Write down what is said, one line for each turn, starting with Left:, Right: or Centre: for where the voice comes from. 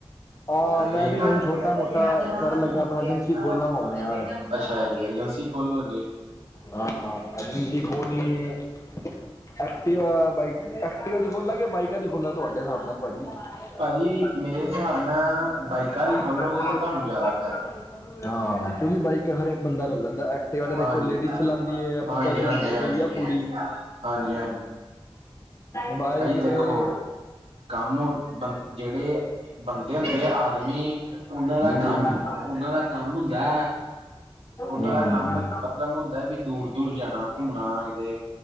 Left: ਹਾਂ ਮੈਂ
Right: ਇਹ
Left: ਵੀ
Right: ਗੱਲ
Left: ਹੁਣ
Right: <unintelligible>
Left: ਛੋਟਾ ਮੋਟਾ ਕਰਨ ਲੱਗਾ ਆਪਣਾ ਏਜੰਸੀ ਖੋਲਣਾ ਹੁਣ ਯਾਰ।
Right: ਅੱਛਾ ਜੀ, ਏਜੰਸੀ ਖੋਲਣ ਲੱਗੇ।
Left: ਹਾਂ, ਏਜੰਸੀ ਖੋਲਣੀ ਏ। ਐਕਟੀਵਾ ਬਾਈਕ ਐਕਟੀਵਾ ਦੀ ਖੁਲ ਆ ਕੇ ਬਾਈਕਾਂ ਚ ਖੁੱਲ ਆ ਤੁਹਾਡੇ ਹਿਸਾਬ ਨਾਲ? ਭਾਜੀ <unintelligible>
Right: ਭਾਜੀ ਮੇਰੇ ਹਿਸਾਬ ਨਾਲ ਬਾਈਕਾਂ ਦੀ ਖੋਲੋਗੇ ਤੇ ਤੁਹਾਨੂੰ ਜ਼ਿਆਦਾ ਫਾਇਦਾ
Left: ਹਾਂ ਕਿਉਂਕਿ ਬਾਈਕ ਹਰ ਇੱਕ ਬੰਦਾ ਲੈ ਲੈਂਦਾ ਐਕਟਿਵ ਵਾਲਾ ਦੇ
Right: ਹਾਂਜੀ
Left: ਕੋਈ ਲੇਡੀਜ਼ ਚਲਾਦੀ ਹੈ, ਜਾਂ ਬੁੱਢਾ
Right: ਹਾਂਜੀ
Left: ਚਲਾਂਦਾ
Right: ਹਾਂਜੀ ਹਾਂਜੀ
Left: ਕੋਈ ਆ ਕੁੜੀ?
Right: ਹਾਂਜੀ ਹਾਂਜੀ
Left: ਬਾਈਕ
Right: ਭਾਜੀ ਦੇਖੋ
Left: ਤੇ
Right: ਕੰਮ ਬੰ ਜਿਹੜੇ ਬੰਦੇ ਹੁੰਦੇ ਆਦਮੀ
Left: <unintelligible>
Right: ਉਹਨਾਂ ਦਾ
Left: ਹੂੰ।
Right: ਕੰਮ ਉਹਨਾਂ ਦਾ ਕੰਮ ਹੁੰਦਾ, ਉਹਨਾਂ
Left: ਹੂੰ
Right: ਦਾ ਕੰਮ ਮਤਲਬ ਹੁੰ ਵੀ ਦੂਰ-ਦੂਰ ਜਾਣਾ ਘੁੰਮਣਾ ਕਿਤੇ